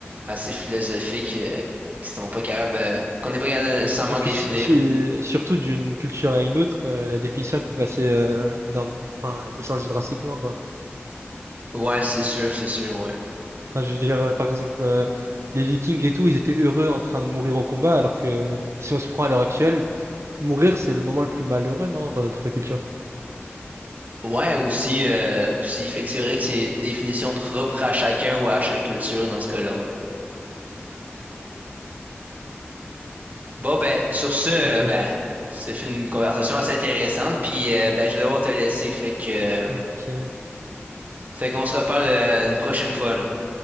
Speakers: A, on the right (about 40°); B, on the right (about 85°).
A: assez philosophique euh, qui sont pas capables, euh, qu'on n'est pas capable de nécessairement
B: Et puis
A: définir.
B: si- si- surtout d'une culture à une autre, euh, la définition elle peut passer euh, d'un, enfin, elle peut changer drastiquement, quoi.
A: Ouais, c'est sûr, c'est sûr, ouais.
B: Enfin, je veux dire, euh, par exemple, euh, les Vikings et tout, ils étaient heureux en train de mourir au combat, alors que si on se prend à l'heure actuelle, mourir, c'est le moment le plus malheureux, non, dans notre culture.
A: Ouais, aussi, euh, aussi. Fait que c'est vrai que c'est une définition propre à chacun ou à chaque culture dans ce cas-là, ouais. Bon, ben, sur ce, euh,
B: On pourrait
A: ben,
B: dire ça.
A: ça fait une conversation assez intéressante, puis euh, ben, je vais devoir te laisser, fait que, euh,
B: Ok.
A: fait qu'on se reparle euh, une prochaine fois, là.